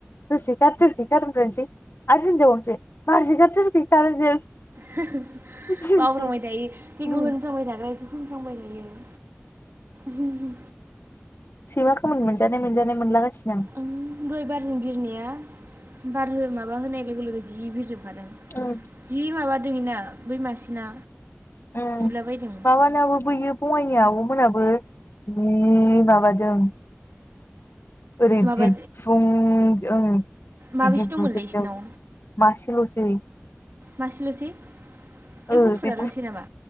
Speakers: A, on the left; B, on the right.
A: <unintelligible>
B: <unintelligible>
A: बिदिनोसै
B: बावफ्रामाय थायो जेखौ
A: उम
B: होनफ्रांबाय थाग्रा होनफ्लांबाय थायो <unintelligible>
A: सैमा खोमोन मोनजानाय मोनजानाय मोनलागासिनो आं
B: दहाय बारजों बिरनाया बार माबा होनाय लोगो लोगो जि बिरजोबो
A: आं उम
B: जि माबा दं इना बै मासेना
A: उम
B: बुलाबायदों
A: माबानाबो बैयो बङाइनि आब'मोनाबो जि माबादों ओरै
B: माबा
A: बिरफुं ओं बिदि
B: माबैसे दंमोनलाय
A: बुजोबदों
B: इसिनाव
A: मासेल'सै
B: मासेल'सै ए
A: ओ
B: गुफुराल'सै
A: बे
B: नामा